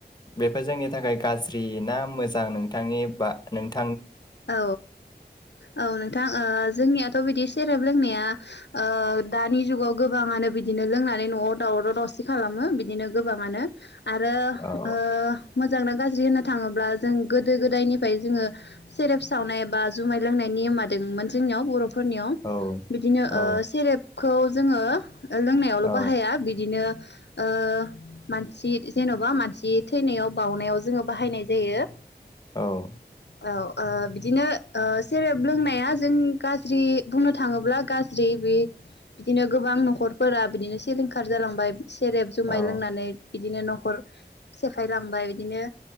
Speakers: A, on the left; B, on the left.
A: बेफोर जोंनि थाखाय गाज्रि ना मोजां नोंथांनि बा नोंथ
B: औ औ नोंथां ओ जोंनियाथ' बिदि से <unintelligible> रेब लोंनाया ओ दानि जुगाव गोबाङानो बिदिनो लोंनानै न'आव दावराव दावसि खालामो बिदिनो गोबाङानो आरो
A: औ
B: ओ मोजां ना गाज ज्रि होननो थाङोब्ला जों गोदो गोदायनिफ्राय जोङो सेरेब सावनाय एबा जुमाय लोंनाय नियमादोंमोन जोंनियाव बर' फोरनियाव
A: औ
B: बिदिनो
A: औ
B: ओ सेरेब खौ जोङो लोंनायावल'
A: औ
B: बाहाया बिदिनो ओ मानसि जेन'बा मानसि थैनायाव बाउनायाव जोङो बाहायनाय जायो।
A: औ
B: औ ओ बिदिनो ओ सेरेब लोंनाया जों गाज्रि बुंनो थाङोब्ला गाज्रि बे बिदिनो गोबां न'खरफोरा बिदिनो। सिलिंखार जालांबाय सेरेब जुमाय
A: औ
B: लोंनानै बिदिनो न' खर सेफाय लांबाय इदिनो।